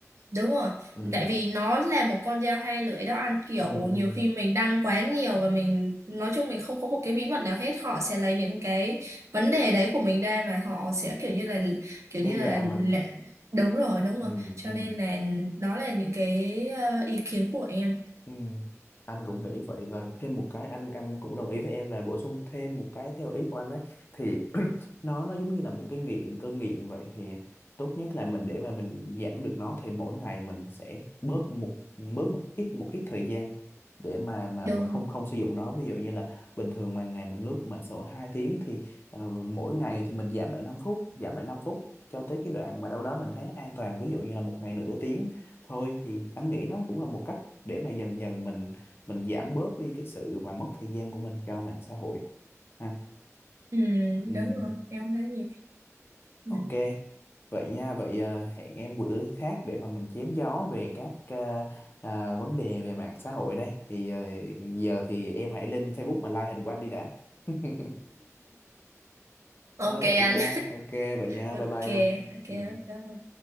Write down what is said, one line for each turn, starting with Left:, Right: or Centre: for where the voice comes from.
Right: Đúng rồi,
Left: ừ
Right: tại vì nó là một con dao hai lưỡi đó anh kiểu
Left: ừ ừ
Right: nhiều khi mình đăng quá nhiều và mình nói chung mình không có một cái bí mật nào hết họ sẽ lấy những cái vấn đề đấy của mình ra mà họ sẽ kiểu như là kiểu
Left: đe
Right: như
Left: dọa
Right: là,
Left: mình
Right: là đúng rồi đúng
Left: ừ
Right: rồi cho
Left: ừ
Right: nên là đó là những cái ờ, ý kiến của em
Left: Ừ, anh cũng nghĩ vậy và thêm một cái anh anh cũng đồng ý với em và bổ sung thêm một cái theo ý của anh đấy thì <clears throat> nó nó giống như là một cái nghiện cơn nghiện vậy thì tốt nhất là mình để mà mình giảm được nó thì mỗi ngày mình sẽ bớt một bớt một ít một ít thời gian để mà mà
Right: đúng
Left: mà không không sử dụng nó ví dụ như là bình thường mà ngày mình lướt mạng xã hội 2 tiếng thì ờ, mỗi ngày thì mình giảm lại năm phút giảm lại 5 phút cho tới cái đoạn mà đâu đó mình thấy nó an toàn ví dụ như là một ngày nửa tiếng thôi thì anh nghĩ nó cũng là một cách để mà dần dần mình mình giảm bớt đi cái sự mà mất thời gian của mình cho mạng xã hội ha
Right: ừ,
Left: ừ,
Right: đúng rồi em thấy gì ừ.
Left: ok vậy nha vậy ờ, hẹn em bữa khác để mà mình chém gió về các ờ, ờ, vấn đề về mạng xã hội đây thì ờ, giờ thì em hãy lên Facebook mà like hình của anh đi đã <laughs>
Right: ok
Left: thôi vậy nha
Right: anh
Left: ok vậy nha
Right: <laughs> ok
Left: bye bye em
Right: ok
Left: Ừ.